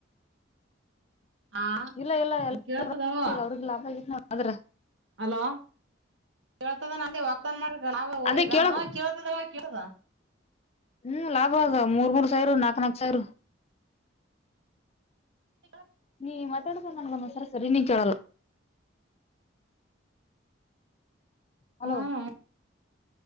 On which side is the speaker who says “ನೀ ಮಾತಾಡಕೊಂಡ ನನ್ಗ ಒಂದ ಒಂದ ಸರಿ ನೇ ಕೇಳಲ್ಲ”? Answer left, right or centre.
Left